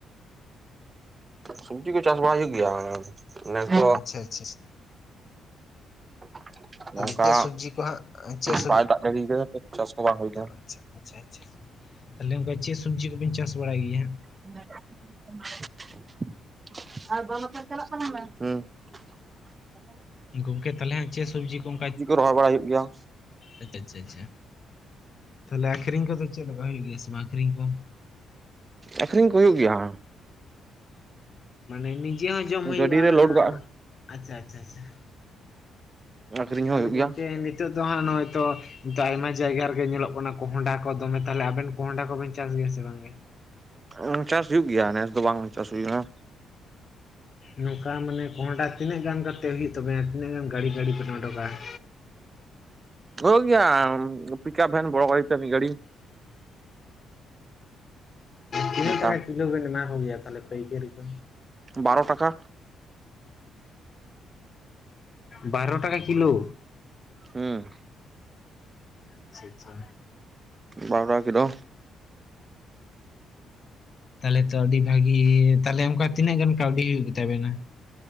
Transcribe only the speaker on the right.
ᱥᱩᱵᱡᱤ ᱠᱚ ᱪᱟᱥ ᱵᱟᱲᱟᱭ ᱦᱩᱭᱩᱜ ᱜᱮᱭᱟ ᱾ ᱱᱮᱥ ᱫᱚ
<inaudible> ᱱᱚᱝᱠᱟ
ᱵᱟᱭ ᱫᱟᱜ ᱫᱟᱲᱤᱭ ᱠᱟᱫᱟ ᱛᱚ ᱪᱟᱥ ᱠᱚ ᱵᱟᱝ ᱦᱩᱭ ᱠᱟᱱᱟ ᱾
<unintelligible> <unintelligible>
ᱨᱚᱦᱚᱭ ᱵᱟᱲᱟ ᱦᱩᱭᱩᱜ ᱜᱮᱭᱟ
ᱟᱠᱷᱨᱤᱧ ᱠᱚ ᱦᱩᱭᱩᱜ ᱜᱮᱭᱟ
ᱜᱟᱹᱰᱤ
ᱨᱮ ᱞᱳᱰ ᱠᱟᱜᱼᱟ
ᱟᱠᱷᱨᱤᱧ ᱦᱚᱸ
ᱦᱩᱭᱩᱜ
ᱜᱮᱭᱟ
ᱩᱢ ᱪᱟᱥ ᱦᱩᱭᱩᱜ ᱜᱮᱭᱟ ᱱᱮᱥ ᱫᱚ ᱵᱟᱝ ᱪᱟᱥ ᱦᱩᱭ ᱠᱟᱱᱟ ᱾
ᱦᱳᱜ ᱜᱮᱭᱟ ᱯᱤᱠᱟᱯ ᱵᱷᱮᱱ ᱵᱚᱲᱚ ᱜᱟᱰᱤ ᱛᱮ ᱢᱤᱫ ᱜᱟᱹᱰᱤ
ᱚᱱᱠᱟ
ᱵᱟᱨᱚ ᱴᱟᱠᱟ
ᱦᱮᱸ
ᱵᱟᱨ ᱴᱟᱠᱟ ᱠᱤᱞᱳ